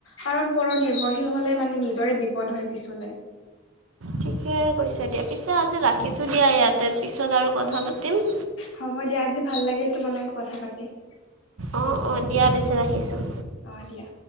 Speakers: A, on the left; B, on the right.
A: কাৰণ পৰ নিৰ্ভৰশীল হ'লে মানে নিজৰে বিপদ হয় পিছলে।
B: ঠিকে কৈছে, দিয়া পিছে আজি ৰাখিছোঁ দিয়া ইয়াতে পিছত আৰু কথা
A: অ
B: পাতিম।
A: হ'ব দিয়া, আজি ভাল লাগিল তোমাৰ লগত কথা পাতি।
B: অহ', অহ' দিয়া পিছে ৰাখিছোঁ।
A: অহ' দিয়া।